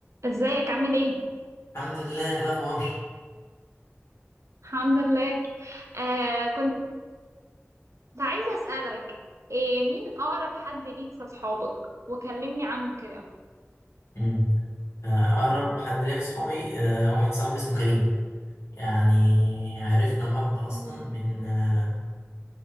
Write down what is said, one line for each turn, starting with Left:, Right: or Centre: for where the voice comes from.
Right: ازيك عامل ايه؟
Left: الحمد لله ايه الاخبار
Right: الحمد لله آه كنت عايزة اسألك إيه مين أقرب حد ليك في أصحابك؟ وكلمني عنه كده
Left: مم. آه، اقرب حد ليا في صحابي آه، واحد صاحبي اسمه كريم يعني عرفنا بعض اصلا
Right: مم.
Left: من آه،